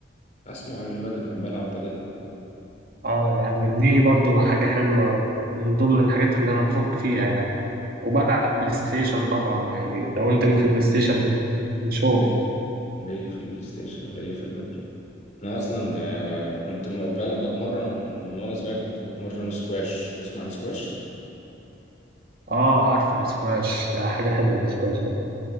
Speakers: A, on the left; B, on the right.
A: اسمع عن البدل انا بلعب بدل اه
B: اه يعني دي برضو حاجه حلوه من ضمن الحاجات اللي انا بفك فيها يعني وبلعب بلاي ستيشن طبعا يعني لو انت ليك في البلاي ستيشن نشوف
A: ليا ليا في البلاي ستيشن وليا في البدل انا اصلا آه، كنت م- بلعب بتمرن من, من وانا صغير كنت بتمرن سكواش تسمع السكواش
B: اه عارفه الاسكواش ده حاجه حلوه الاسكواش ده